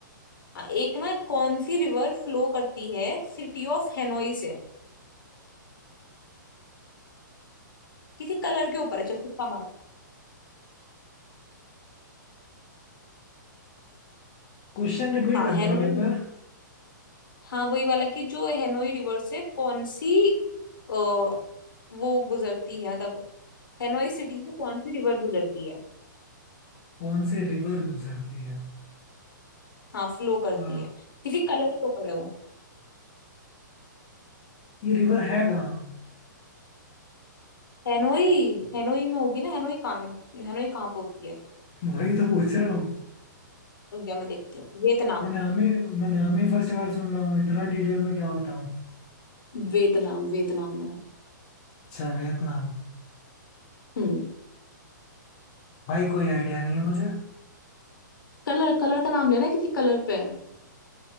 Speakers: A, on the left; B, on the left.
A: आ, एक ना कौन सी रिवर फ्लो करती है सिटी ऑफ हेनोई से किसी कलर के ऊपर है चल तुक्का मार
B: क्वेश्चन रिपीट
A: हाँ
B: करना
A: हेनोई
B: आप एक
A: river।
B: बार
A: हाँ वही वाला कि जो हेनोई रिवर से कौन सी अ, वो गुजरती है मतलब हेनोई सिटी से कौन सी रिवर गुजरती है
B: कौन से रिवर गुजरती है
A: हाँ फ्लो करती
B: अ,
A: है किसी कलर के ऊपर है वो
B: ये रिवर है कहाँ
A: हेनोई हेनोई में होगी ना हेनोई कहाँ है हेनोई कहाँ पे होती है
B: वही तो पूछ रहा हूँ
A: रुक जा मैं देखती हूँ वियतनाम
B: मैं नाम ही मैं नाम ही फर्स्ट बार सुन रहा हूँ इतना डिटेल में क्या बताऊँ
A: वियतनाम वियतनाम में है।
B: अच्छा वियतनाम
A: हम्म
B: भाई कोई आइडिया नहीं है मुझे
A: कलर कलर का नाम लेना किसी कलर पे है।